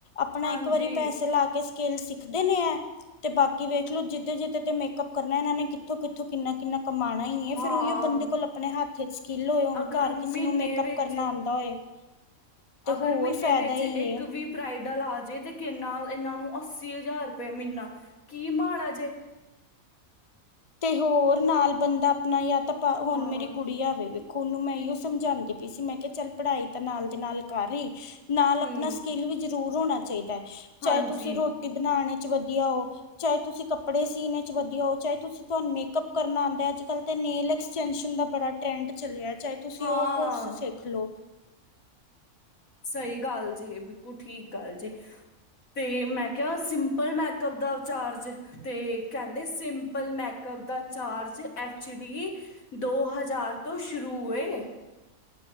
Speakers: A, on the left; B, on the left.
A: ਆਪਣਾ
B: ਹਾਂਜੀ
A: ਇੱਕ ਵਾਰੀ ਪੈਸੇ ਲਾ ਕੇ ਸਕਿਲੇ ਸਿੱਖਦੇ ਨੇ ਹੈ ਤੇ ਬਾਕੀ ਵੇਖਲੋ ਜਿੱਦ ਜਿੱਦੇ ਤੇ ਮੇਕਅੱਪ ਕਰਨਾ ਇਹਨਾਂ ਨੇ ਕਿੱਥੋਂ ਕਿੱਥੋਂ ਕਿੰਨਾ ਕਿੰਨਾ ਕਮਾਉਣਾ ਹੀ ਹੈ
B: ਹਾਂ
A: ਫਿਰ ਉਹੀ ਬੰਦੇ ਕੋਲ ਆਪਣੇ ਹੱਥ 'ਚ ਸਕਿੱਲ ਹੋਏ ਤਾਂ
B: ਅਗਰ
A: ਘਰ
B: ਮਹੀਨੇ
A: ਕਿਸੇ ਨੂੰ ਮੇਕਅੱਪ
B: ਵਿੱਚ
A: ਕਰਨਾ ਆਉਂਦਾ ਹੋਏ ਤੇ
B: ਅਗਰ
A: ਹੋਰ
B: ਮਹੀਨੇ
A: ਫਾਇਦਾ
B: ਵਿਚ
A: ਹੀ
B: ਇੱਕ
A: ਏ
B: ਵੀ ਬ੍ਰਈਡਲ ਆਜੇ ਤੇ ਕਿੰਨਾ ਇਹਨਾਂ ਨੂੰ ਅੱਸੀ ਹਜ਼ਾਰ ਰੁਪਏ ਮਹੀਨਾ ਕੀ ਮਾੜਾ ਜੇ
A: ਤੇ ਹੋਰ ਨਾਲ ਬੰਦਾ ਆਪਣਾ ਜਾਂ ਤਾਂ ਹੁਣ
B: ਹਾਂ
A: ਮੇਰੀ ਗੁੜੀ ਆਵੇ ਉਹਨੂੰ ਮੈਂ ਇਹੋ ਸਮਝਾਉਂਦੀ ਪਈ ਸੀ ਮੈਂ ਕਿਹਾ ਚੱਲ ਪੜ੍ਹਾਈ ਤਾਂ ਨਾਲ ਦੇ ਨਾਲ ਕਰ ਰਹੀ ਨਾਲ ਆਪਣਾ
B: ਹੂੰ
A: ਸਕਿੱਲ ਵੀ ਜ਼ਰੂਰ ਹੋਣਾ ਚਾਹੀਦਾ ਹੈ।
B: ਹਾਂਜੀ
A: ਚਾਹੇ ਤੁਸੀਂ ਰੋਟੀ ਬਣਾਉਣੇ ਚ ਵਧੀਆ ਹੋ ਚਾਹੇ ਤੁਸੀਂ ਕੱਪੜੇ ਸੀਨ ਚ ਵਧੀਆ ਹੋ ਚਾਹੇ ਤੁਸੀਂ ਤੁਹਾਨੂੰ ਮੇਕਅਪ ਕਰਨਾ ਆਉਂਦਾ ਅੱਜ ਕਲ ਤੇ ਨੇਲਕਸਟੈਂਸ਼ਨ ਦਾ ਬੜਾ ਟਰੈਂਡ ਚਲਿਆ ਚਾਹੇ ਤੁਸੀਂ
B: ਹਾਂ
A: ਉਹ ਕੋਰਸ ਸਿੱਖ ਲਓ
B: ਸਹੀ ਗੱਲ ਜੀ ਬਿਲਕੁਲ ਠੀਕ ਗੱਲ ਜੀ। ਤੇ ਮੈਂ ਕਿਹਾ ਸਿੰਪਲ ਮੇਕਅਪ ਦਾ ਚਾਰਜ ਤੇ ਕਹਿੰਦੇ ਸਿੰਪਲ ਮੇਕਅਪ ਦਾ ਚਾਰਜ ਐਚ ਡੀ ਦੋ ਹਜ਼ਾਰ ਤੋਂ ਸ਼ੁਰੂ ਏ।